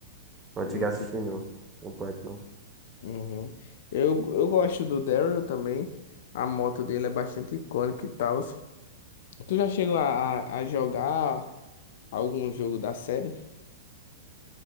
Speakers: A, on the right; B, on the left.
A: Não
B: Não
A: cheguei a assistir,
B: tem-
A: não. Completo, não.
B: Uhum. Eu, eu gosto do Daryl também. A moto dele é bastante icônica e tal. Tu já chegou a, a, a jogar algum jogo da série?